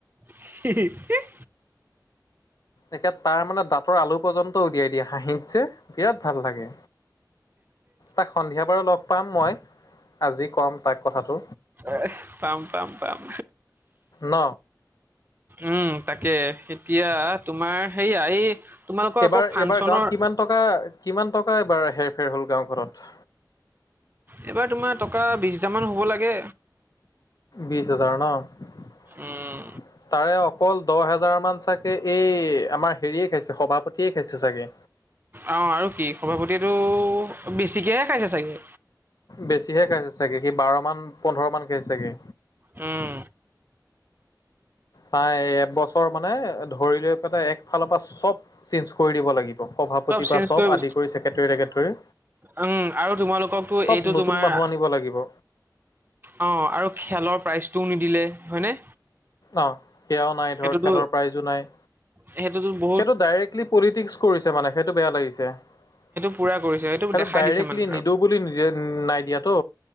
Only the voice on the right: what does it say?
<unintelligible>
এ, পাম পাম পাম।
উম, তাকে এতিয়া তোমাৰ সেয়া এই তোমালোকৰ
আকৌ ফাংচনৰ
এইবাৰ তোমাৰ টকা বিছ হজাৰমান হ'ব লাগে।
উম
অ' আৰু কি সভাপতিয়েতো বেছিকৈহে খাইছে চাগে।
উম।
চেঞ্জ
কৰিব
উম আৰু তোমালোককতো
এইটো
তোমাৰ
অ' আৰু খেলৰ প্ৰাইজটোও নিদিলে হয়নে?
সেইটোতো
সেইটোতো ব
পুৰা কৰিছে সেইটো দেখাই
দিছে মানে আৰু।